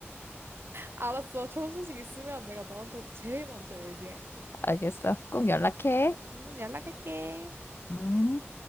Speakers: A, on the right (about 55°); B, on the left (about 55°).
A: 알았어. 좋은 소식 있으면 내가 너한테 제일 먼저 얘기할게.
B: 알겠어. 꼭 연락해.
A: 음, 연락할게.
B: 음.